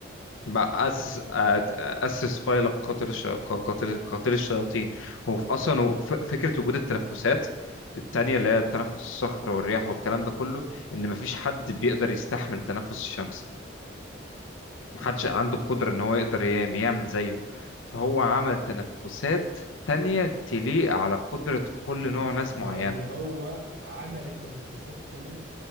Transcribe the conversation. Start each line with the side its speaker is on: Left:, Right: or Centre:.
Left: ما اسس أت- اسس فيلق قاتل الش- قاتل قاتل الشياطين هو ف- اصلا هو ف- فكره وجود التنفسات التانية اللي هي تنفس الصخر والرياح والكلام ده كله ان مفيش حد بيقدر يستحمل تنفس الشمس محدش عنده القدره ان هو يقدر يعم- يعمل زيه فهو عمل تنفسات تانية تليق على قدره كل نوع ناس
Right: يعني
Left: معينه
Right: هو عمل التنفسات التانية